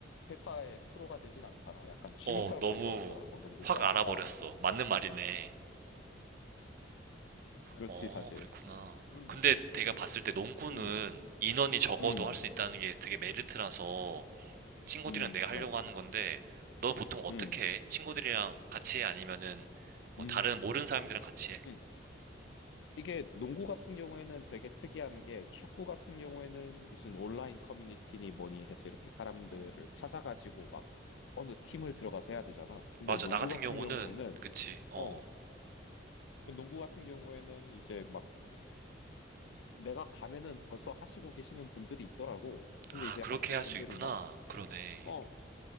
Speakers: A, on the left; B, on the right.
A: 회사의 프로가 되진 않잖아. 약간 취미처럼
B: 어, 너무
A: 된 것 같더라고, 농구가.
B: 확 알아버렸어.
A: 어,
B: 맞는 말이네.
A: 그렇지,
B: 어,
A: 사실.
B: 그랬구나.
A: 음,
B: 근데 내가
A: 음,
B: 봤을 때 농구는
A: 음,
B: 인원이 적어도
A: 음,
B: 할 수 있다는 게 되게 메리트라서 친구들이랑
A: 음,
B: 내가 하려고
A: 맞아.
B: 하는 건데, 너 보통 어떻게
A: 음,
B: 해? 친구들이랑 같이 해? 아니면은 뭐
A: 음,
B: 다른 모르는 사람들이랑 같이 해?
A: 음. 이게 농구 같은 경우에는 되게 특이한 게 축구 같은 경우에는 무슨 온라인 커뮤니티니 뭐니 해서 이렇게 사람들을 찾아가지고 막 어느 팀을 들어가서 해야 되잖아. 근데
B: 맞아.
A: 농구
B: 나 같은
A: 같은
B: 경우는
A: 경우에는,
B: 그치. 어.
A: 어,
B: 어.
A: 농구 같은 경우에는 이제 막 내가 가면은 벌써 하시고 계시는 분들이 있더라고. 근데
B: 아,
A: 이제
B: 그렇게
A: 하시는
B: 할
A: 분들이
B: 수 있구나.
A: 막,
B: 그러네.
A: 어,